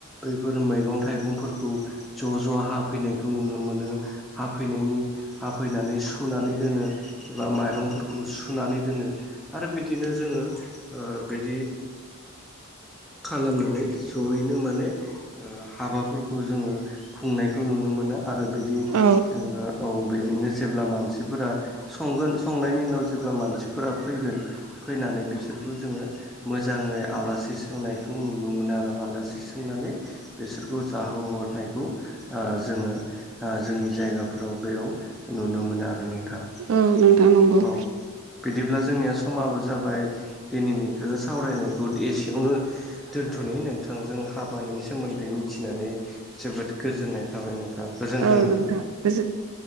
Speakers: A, in the centre; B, on the right.
A: बैफोर मैगं थाइगंफोरखौ ज' ज' हाफैनायखौ नुनो मोनो हाफैनायनि हाफैनानै सुनानै दोनो एबा माइरंफोरखौ सुनानै दोनो आरो बिदिनो जोङो बिदि खालामनानै जयैनो माने हाबाफोरखौ जोङो खुंनाय बेखौ नुनो मोनो आरो बिदि
B: औ
A: जोङो औ बिदिनो जेब्ला मानसिफोरा संगोन संनायनि उनाव जेब्ला मानसिफोरा फैगोन फैनानै बिसोरखौ जोङो मोजाङै आलासि सोंनायखौ नुनो मोनो आरो आलासि सोंनानै बेसोरखौ जाहोहरनायखौ जोङो जोंनि जायगाफोराव बेयाव नुनो मोनो आरो नोंथां
B: औ नोंथां नंगौ
A: औ बिदिब्ला जोंनिया समाबो जाबाय दिनैनिखौ सावरायनायखौ एसेयावनो दोनथ'नि नोंथांजों हाबानि सोमोन्दै मिथिनानै जोबोद गोजोननाय थाबाय नोंथां गोजोन्थों
B: औ
A: नोंथां
B: गोजोनथों